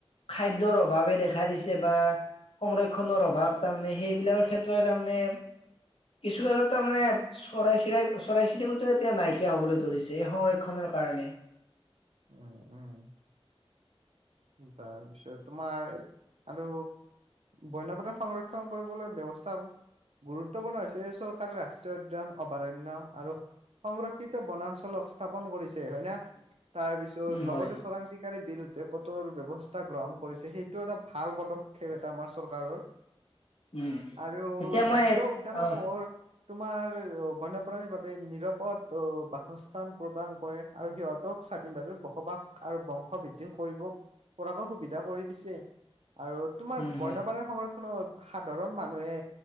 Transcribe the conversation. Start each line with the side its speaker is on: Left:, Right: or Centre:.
Left: খাদ্যৰ অব ভাৱে দেখা দিছে বা সংৰক্ষ সংক্ষণৰ অভাৱ তাৰ মানে সেইবিলাকৰ ক্ষেত্ৰ তাৰমানে কিছু <unintelligible> তাৰ মানে চৰাই চিৰাই চৰাই চিৰিকটিও এতিয়া নাইকিয়া হবলৈ ধৰিছে। এই সংৰক্ষনৰ কাৰণে।
Right: উম উম তাৰপিছত তোমাৰ আৰু বন্যপথ সংৰক্ষণ কৰিবলৈ ব্যৱস্থা গুৰুত্বপূৰ্ণ হৈছে চৰকাৰে ৰাষ্ট্ৰীয় উদ্য়ান অভয়াৰণয় আৰু সংৰক্ষিত বনাঞ্চলক স্থাপন কৰিছে হয় ন তাৰ পিছত
Left: উম হয়
Right: লগতে চোৰাং চিকাৰী বিৰুু <unintelligible> ব্যৱস্থা গ্ৰহণ কৰিছে সেইটো এটা ভাল পদক্ষেপ এটা আমাৰ চৰকাৰৰ
Left: উম
Right: আৰু
Left: এতিয়া মই
Right: জাতীয় উদ্যানসমূহৰ
Left: অ
Right: তোমাৰ বন্যপ্ৰাণীৰ বাবে নিৰাপদ বাসস্থান প্ৰদান কৰে আৰু সিহঁতক স্বাধীনভাৱে বসবাস আৰু বংশ বৃদ্ধি কৰিব পৰাকৈ সুবিধা কৰি দিছে আৰু তোমাৰ
Left: উম
Right: বন্যপ্ৰাণীৰ
Left: হয়
Right: সংৰক্ষণ ত সাধাৰণ মানুহে